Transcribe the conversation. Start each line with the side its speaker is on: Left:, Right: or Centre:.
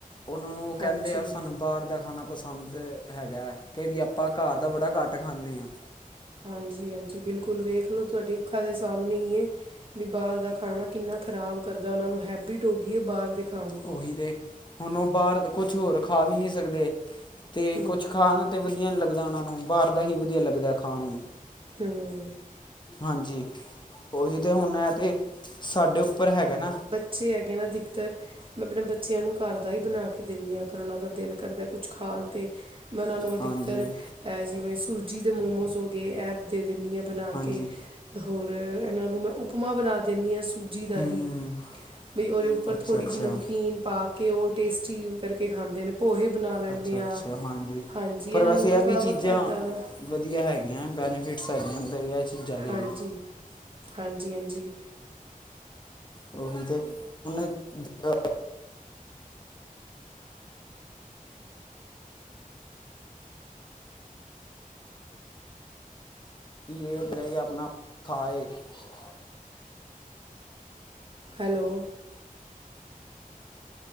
Left: ਓਨਾਂ ਨੂੰ ਓ ਕੈਦੇ
Right: ਹਾਂਜੀ
Left: ਆ ਸਾਨੂੰ ਬਾਰ ਦਾ ਖਾਣਾ ਪਸੰਦ ਹੈਗਾ, ਕੇ ਵੀ ਆਪ ਆਪਾਂ ਘਰ ਦਾ ਬੜਾ ਘੱਟ ਖਾਂਨੇ ਆਂ।
Right: ਹਾਂਜੀ-ਹਾਂਜੀ ਬਿਲਕੁਲ ਵੇਖ ਲੋ, ਤੁਹਾਡੀ ਅੱਖਾਂ ਦੇ ਸਾਹਮਣੇ ਈ ਐ। ਵੀ ਬਾਰ ਦਾ ਖਾਣਾ ਕਿੰਨਾ ਖ਼ਰਾਬ ਕਰਦਾ, ਓਨਾਂ ਨੂੰ ਹੈਬਿਟ ਹੋਗੀ ਏ, ਬਾਰ ਦੇ ਖਾਣ ਦੀ
Left: ਓਹੀ ਤੇ ਹੁਣ ਓ ਬਾਰ ਕੁਛ ਹੋਰ ਖਾ ਵੀ ਨੀ ਸਕਦੇ। ਤੇ
Right: ਹੂੰ
Left: ਕੁਛ ਖਾਣ ਤੇ ਵਧੀਆ ਨੀ ਲੱਗਦਾ ਓਨਾਂ ਨੂੰ ਬਾਰ ਦਾ ਹੀ ਵਦੀਆ ਲੱਗਦਾ, ਖਾਣ ਨੂੰ
Right: ਹੂੰ।
Left: ਹਾਂਜੀ! ਉਹੀ ਤੇ ਹੁਣ ਹੈ ਤੇ ਸਾਡੇ ਉੱਪਰ ਹੈਗਾ ਨਾ।
Right: ਸੀ ਹੈਗੇ ਨਾ ਧਿਕਤਰ। ਮੈਂ ਆਪਣੇ ਬੱਚਿਆਂ ਨੂੰ ਘਰ ਦਾ ਈ ਬਣਾ ਕੇ ਦਿੰਨੀ ਆਂ ਅਗਰ ਓਹਨਾਂ ਦਾ ਦਿਲ ਕਰਦਾ ਕੁਛ ਖਾਣ 'ਤੇ। ਮੈਂ ਉਹਨਾਂ ਨੂੰ ਅਧਿਕਤਰ
Left: ਹਾਂਜੀ
Right: ਐ-ਜਿਵੇਂ ਸੂਜੀ ਦੇ ਮੋਮੋਸ ਹੋ ਗਏ ਐ ਦੇ ਦਿੰਦੀ ਆਂ ਬਣਾ
Left: ਹਾਂਜੀ
Right: ਕੇ ਹੋਰ ਇਹਨਾਂ ਨੂੰ ਮੈਂ ਉਪਮਾ ਬਣਾ ਦਿੰਨੀ ਆਂ ਸੁ ਸੂਜੀ ਦਾ
Left: ਹੂੰ
Right: ਹੀ
Left: ਹੂੰ
Right: ਬਈ ਉਹਦੇ ਉੱਪਰ
Left: ਅੱਛਾ
Right: ਥੋੜ੍ਹੀ
Left: ਅੱਛਾ
Right: ਜੀ ਨਮਕੀਨ ਪਾ ਕੇ ਉਹ ਟੇਸਟੀ ਕਰਕੇ ਖਾਂਦੇ ਨੇ। ਪੋਹੇ ਬਣਾ ਲੈਂਨੀ
Left: ਅੱਛਾ
Right: ਆਂ,
Left: ਅੱਛਾ ਹਾਂਜੀ
Right: ਹਾਂਜੀ
Left: ਪਰ
Right: ਇਹਨਾਂ
Left: ਵੈਸੇ
Right: ਨੂੰ ਮੈਂ
Left: ਇਹ
Right: ਥੋੜ੍ਹਾ
Left: ਵੀ ਚੀਜ਼ਾਂ
Right: ਬਹੁਤ ਐਦਾਂ ਦਾ
Left: ਵਧੀਆ ਹੈਗੀਆਂ ਬੈਨੀਫਿਟਸ ਹੈਗੀਆਂ <unintelligible>
Right: ਹਾਂਜੀ,
Left: ਵੀ
Right: ਹਾਂਜੀ-ਹਾਂਜੀ!
Left: ਉਹੀ ਤੇ ਹੁਣ <unintelligible> ਕੀ ਇਹ ਭਲੇ ਕਿ ਆਪਣਾ ਖਾਏ <unintelligible>
Right: ਹੈਲੋ!